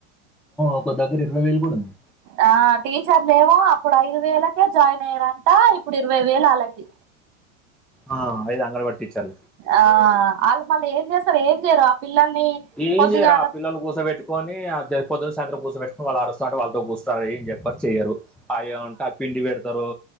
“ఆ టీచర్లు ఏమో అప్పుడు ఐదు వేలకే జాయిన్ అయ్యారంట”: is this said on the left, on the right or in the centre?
Right